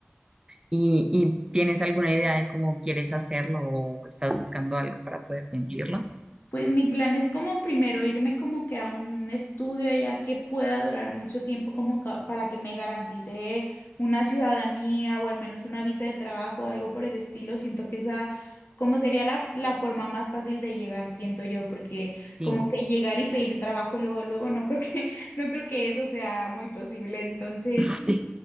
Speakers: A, on the right; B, on the left.
A: ¿Y, y tienes alguna idea de cómo quieres hacerlo o estás buscando algo para poder cumplirlo?
B: Pues mi plan es como primero irme como que a un estudio allá que pueda durar mucho tiempo como ca- para que me garantice una ciudadanía o al menos una visa de trabajo o algo por el estilo. Siento que esa como sería la, la forma más fácil de llegar, siento yo, porque
A: Sí.
B: como que llegar y pedir trabajo luego, luego no creo que, <laughs> no creo que eso sea muy posible. Entonces,
A: <laughs> Sí.